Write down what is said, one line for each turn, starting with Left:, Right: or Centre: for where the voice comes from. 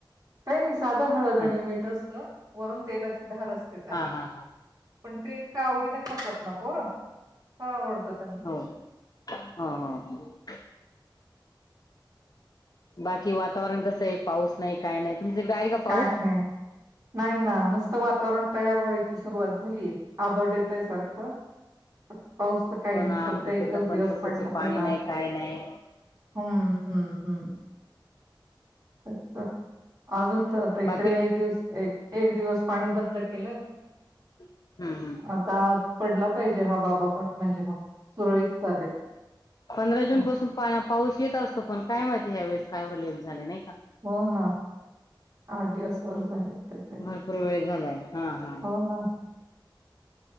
Right: काही नाही साधं हळदणी
Left: अ
Right: मिट असत वरून तेलाची धार असते त्याला
Left: हा हा हा
Right: पण ते इतक आवडीने खातात ना पोर फार आवडतं. त्यांना
Left: हो हो हो हो बाकी वाता वरण कसं आहे पाऊस नाही काय नाही. तुमच्याकडे आहे का पाऊस
Right: काय नाही, नाही ना नुसतं वातावरण तयार व्हायची सुरुवात झालीय आबट येतय सारखं <inaudible> पाऊस तर काही
Left: हो
Right: नाही
Left: ना
Right: फक्त
Left: आमचं
Right: एकच
Left: तिकडं पण
Right: दिवस
Left: तसच
Right: पडला
Left: आहे पाणी
Right: तेवढा
Left: नाही काय नाही
Right: हम्म हम्म हम्म. अच्छा अजून इकडे
Left: बाकी
Right: एक दिवस एक एक दिवस पाणी बंद केलंय.
Left: हम्म हम्म
Right: आता पडला पाहिजे, हा बाबा पण म्हणजे मग सुरळीत चालेल
Left: पंधरा
Right: नाही
Left: जून
Right: का.
Left: पासून पा पाऊस येत असतो पण काय माहितीय या वेळेस का एवढ लेट झालं नाही का.
Right: हो ना आठ दिवसवर झालेत. त्याचे
Left: भरपूर वेळ झालाय हा हा.
Right: हो ना